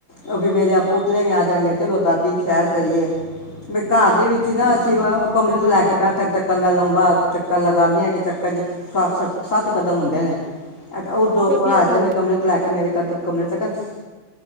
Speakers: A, on the left (about 40°); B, on the right (about 45°).
A: ਔਹਵੀ ਮੇਰੇ ਪੋਤਰੇ ਵੀ ਆ ਜਾਣਗੇ - ਚਲੋ ਦਾਦੀ ਸੈਰ
B: ਗੱਲ
A: ਕਰੀਏ
B: ਏ
A: ਵੀ ਘਰ ਦੇ ਵਿੱਚ ਹੀ ਨਾ ਅਸੀਂ ਕਮਰੇ ਤੋਂ ਲੈ ਕੇ ਬੈਠਕ ਤੱਕ ਤਾਂ ਮੈਂ ਲੰਬਾ ਚੱਕਰ ਲਗਾਨੀ ਆ ਇੱਕ ਸ ਸ ਸੱਤ ਕਦਮ ਹੁੰਦੇ ਨੇ ਉਹ ਦੋ
B: ਵਧੀਆ
A: ਰਾਜਿਆਂ
B: ਗੱਲ
A: ਦੇ ਕਮਰੇ ਚ ਤੋਂ ਲੈ ਕੇ ਮੇਰੇ ਕੱਦਮ ਕਮਰੇ ਤੱਕਨ